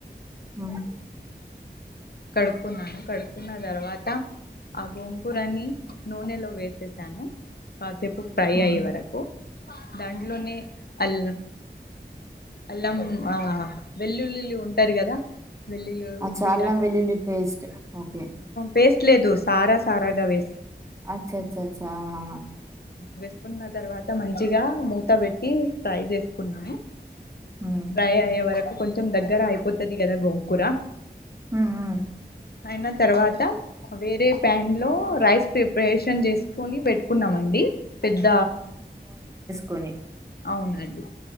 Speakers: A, on the right; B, on the left.
A: ఉమ్
B: కడుక్కున్నాను. కడుక్కున్న తర్వాత ఆ గోంగూరని నూనెలో వేసేసాను కాసేపు ఫ్రై
A: ఉమ్
B: అయ్యే వరకు దాంట్లోనే అల్ అల్లం ఆ వెల్లుల్లిల్లు ఉంటారు కదా వెల్లుల్లురు
A: అచ్చా
B: వీరా
A: అల్లం వెల్లుల్లి పేస్ట్ ఓకే
B: పేస్ట్ లేదు సారా సారాగా వే
A: అచ్చ అచ్చ అచ్చ హా హా
B: వేసుకున్న తర్వాత మంచిగా మూత పెట్టి ఫ్రై చేసుకున్నాము
A: ఉమ్
B: ట్రై అయ్యే వరకు కొంచెం దగ్గర అయిపోతుది కదా గోంగూర
A: హమ్ హమ్
B: అయిన తర్వాత వేరే ప్యాన్ లో రైస్ ప్రిపరేషన్ చేసుకని పెట్టుకున్నామండి పెద్ద
A: కొని
B: అవునండి